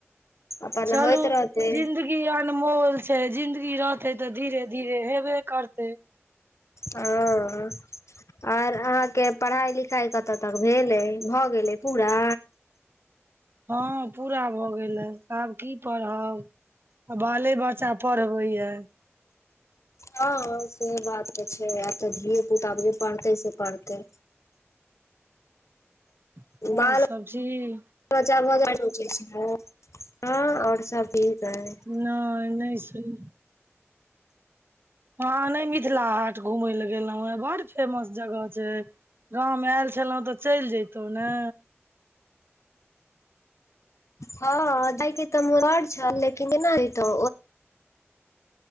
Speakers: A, on the left (about 85°); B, on the right (about 50°).
A: अपन
B: चलू
A: होइत रहतै
B: जिन्दगी अनमोल छैय जिंन्दगी रहते तऽ धीरे धीरे हेबे करते।
A: हँ। आर अहाँके पढ़ाई लिखाई कतय तक भेलै ये भऽ गेलै पूरा।
B: हँ पूरा भऽ गेल हए आब की पढ़ब। बाले बच्चा पढ़बै यए।
A: हँ सेह बात तऽ छैय आब तऽ धिय पुता जे पढ़तै से पढ़तै।
B: आओर
A: बाल
B: सब ठीक।
A: बच्चा भऽ जा ह आओर सब ठीक अइछ।
B: नहि-नहि सुन अहां नहि मिथिला हाट घूमेय ले गेलों हे बड़ फेमस जगह छैय गाम आयल छलहुँ तऽ चलि जैतहु ने।
A: हँ जैके तऽ मोन बड छल लेकिन केनिऐंतौ।